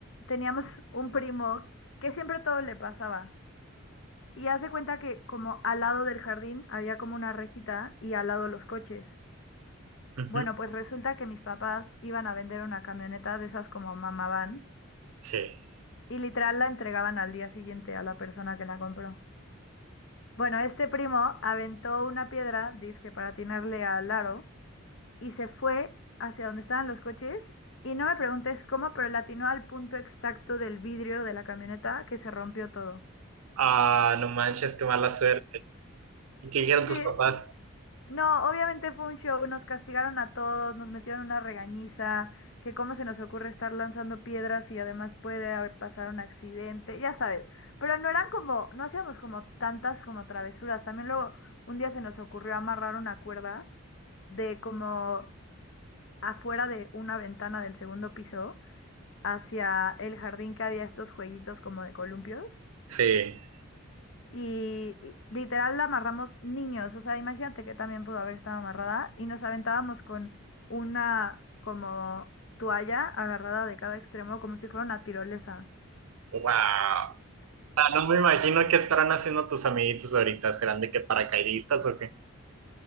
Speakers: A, on the left (about 65°); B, on the right (about 85°).
A: teníamos <laughs> un primo que siempre todo le pasaba. Y hace cuenta que como al lado del jardín había como una rejita y al lado los coches.
B: Ujú.
A: Bueno, pues resulta que mis papás iban a vender una camioneta de esas como mamá van
B: Sí.
A: y literal la entregaban al día siguiente a la persona que la compró. Bueno, este primo aventó una piedra, dizque para atinarle al aro, y se fue hacia donde estaban los coches. Y no me preguntes cómo, pero le atinó al punto exacto del vidrio de la camioneta que se rompió todo.
B: Ah, no manches, qué mala suerte. ¿Y qué dijeron
A: Sí,
B: tus papás?
A: no, obviamente fue un show, nos castigaron a todos, nos metieron una regañiza, que cómo se nos ocurre estar lanzando piedras y además puede haber pasado un accidente, ya sabes. Pero no eran como, no hacíamos como tantas como travesuras. También luego un día se nos ocurrió amarrar una cuerda. de como afuera de una ventana del segundo piso hacia el jardín que había estos jueguitos como de columpios.
B: Sí.
A: Y, y literal la amarramos niños, o sea, imagínate que también pudo haber estado amarrada y nos aventábamos con una como toalla agarrada de cada extremo como si fuera una tirolesa.
B: Wow. O sea, no me imagino qué estarán haciendo tus amiguitos ahorita. ¿Serán de qué paracaidistas o qué?